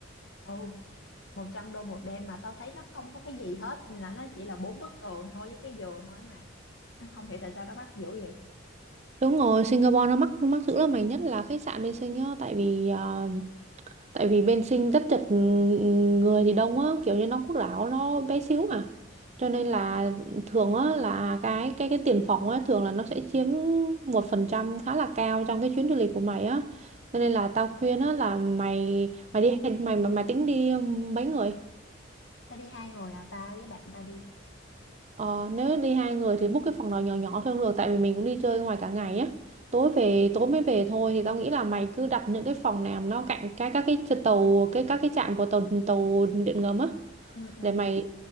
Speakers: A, on the left (about 65°); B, on the right (about 35°).
A: ừ 100 đô một đêm mà tao thấy nó không có cái gì hết là nó chỉ là bốn bức tường thôi với cái giường thôi ấy mày nó không hiểu tại sao nó bắt dữ vậy
B: đúng rồi Singapore nó mắc nó mắc dữ lắm mày nhất là khách sạn bên Sing á tại vì ờ, tại vì bên Sinh rất chật người thì đông á kiểu như Đông Quốc Đảo nó bé xíu mà cho nên là thường á là cái cái cái tiền phòng á thường là nó sẽ chiếm một phần trăm khá là cao trong cái chuyến du lịch của mày á cho nên là tao khuyên á là mày mày đi mày mày, mày tính đi mấy người
A: tao đi hai người à tao với bạn tao đi
B: Ờ, nếu đi hai người thì book cái phòng nào nhỏ nhỏ thôi cũng được tại vì mình cũng đi chơi ngoài cả ngày á tối về tối mới về thôi thì tao nghĩ là mày cứ đặt những cái phòng nào mà nó cạnh các các cái tàu cái các cái trạm của tàu tàu điện ngầm á
A: ừ ừ
B: để mày